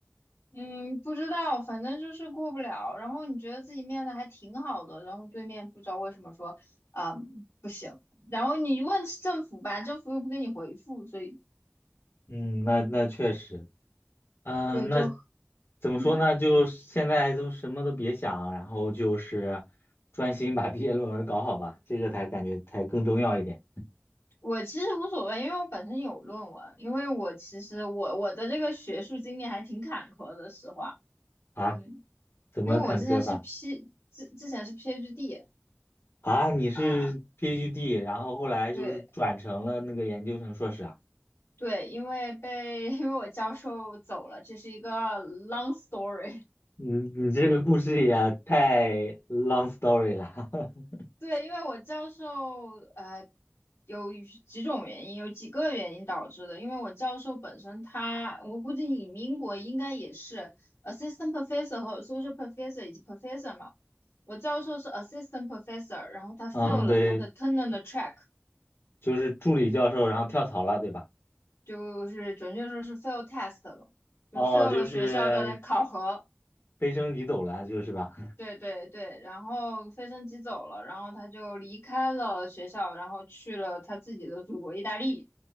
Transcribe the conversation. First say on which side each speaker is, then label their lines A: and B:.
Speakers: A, on the left; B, on the left.
A: 嗯，不知道，反正就是过不了。然后你觉得自己面的还挺好的，然后对面不知道为什么说，嗯，不行。然后你问政府吧，政府又不给你回复，所以
B: 嗯，那那确实。嗯，
A: 对，就
B: 那怎么说呢？
A: 嗯，
B: 就现在都什么都别想，然后就是专心把 <laughs> 毕业论文搞好吧，这个才感觉才更重要一点
A: 我其实无所谓，因为我本身有论文，因为我其实我我的这个学术经历还挺坎坷的，实话，
B: 啊。
A: 嗯，
B: 怎么坎坷法
A: 因为我之前是 P 之之前是 PhD
B: 啊？你是
A: 啊、
B: PhD，然后后来就是转成了那个研究生硕士啊？
A: 对对，因为被 <laughs> 因为我教授走了，这是一个 long story。
B: 你你这个故事也太 long story 了。<laughs>
A: 对，因为我教授呃有几种原因，有几个原因导致的。因为我教授本身他，我估计你们英国应该也是 assistant professor 和 associate professor 以及 professor 嘛。我教授是 assistant professor，然后他 fail
B: 嗯，
A: 了他的
B: 对，
A: tenure 的 track，
B: 就是助理教授，然后跳槽了，对吧？
A: 就是准确说是 fail test 了，就
B: 哦，
A: fail
B: 就是
A: 了学校的那考核。
B: 飞升你走了，就是吧？
A: 对对对，然后飞升机走了，然后他就离开了学校，然后去了他自己的祖国意大利